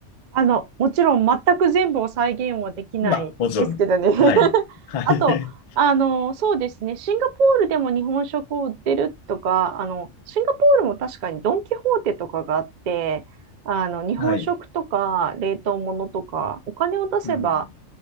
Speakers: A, on the right; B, on the left.
A: あの、もちろん全く全部を再現はできないですけどね。
B: まあ、もちろん、
A: <laughs>
B: はい。はい。
A: あと、あの、そうですね、シンガポールでも日本食を売ってるとか、あの、シンガポールも確かにドン・キホーテとかがあって、あの、日本食とか冷凍物とか、
B: <laughs> はい。
A: お金を出せば
B: うん。